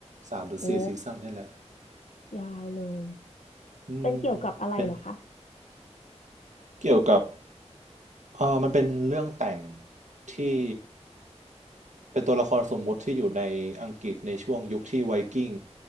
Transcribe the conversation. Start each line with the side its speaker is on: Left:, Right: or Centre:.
Right: สามหรือสี่ซีซั่นนี่แหละ
Left: โอ้ยาวเลย
Right: อืมเป็น
Left: เป็นเกี่ยวกับอะไรเหรอคะ
Right: เกี่ยวกับเออมันเป็นเรื่องแต่งที่เป็นตัวละครสมมุติที่อยู่ในอังกฤษในช่วงยุคที่ไวกิ้ง